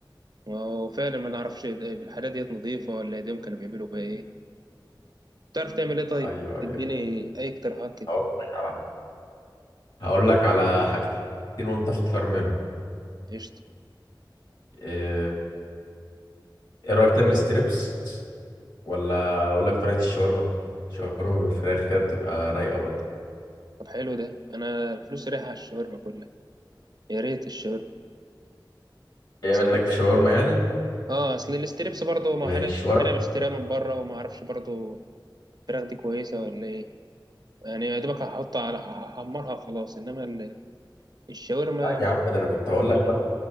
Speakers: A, on the right; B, on the left.
A: وفعلا ما نعرفش الحاجات ديت نظيفه ولا ايديهم كانوا بيعملوا بيها ايه تعرف تعمل ايه طيب
B: أيوه أيوه
A: اديني اي اقتراحات كده
B: هقول لك على هقول لك على حاجتين وأنت اختار منهم
A: قشطه
B: إيه إيه رأيك تعمل ستريبس ولا أقول لك طريقة الشاورما؟ شاورما بالفراخ كده بتبقى رايقة برضه
A: طب حلو ده انا فلوسي رايحه على الشاورما كلها يا ريت الشاورما
B: جاي
A: أصل-
B: منك في شاورما يعني؟
A: اه اصل الستريبس برضه ما
B: مش
A: حاجه
B: ورق
A: حاجه بشتريها من بره وما اعرفش برضه الفراخ دي كويسه ولا ايه يعني يا دوبك هحطها على هحمرها وخلاص انما ال- الشاورما
B: لا يا عم ده أنا كنت هقول لك بقى